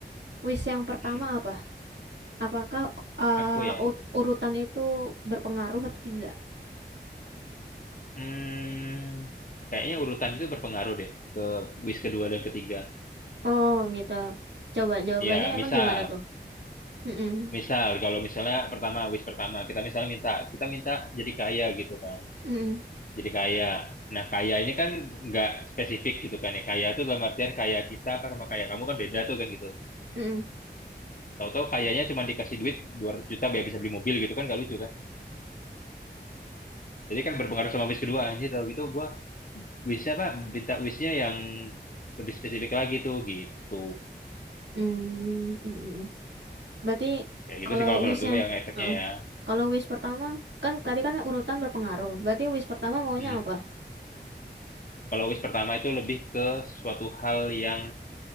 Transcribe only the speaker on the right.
wish yang pertama
apa apakah uh,
ut- urutan itu berpengaruh atau tidak
oh gitu coba jawabannya
emang gimana tuh Mm-mm.
Mm-mm.
Mm-mm.
Mm-mm. Mm-mm. Berarti
kalau
wishnya,
Heeh.
kalau wish pertama kan tadi kan urutan berpengaruh. Berarti wish pertama maunya
apa?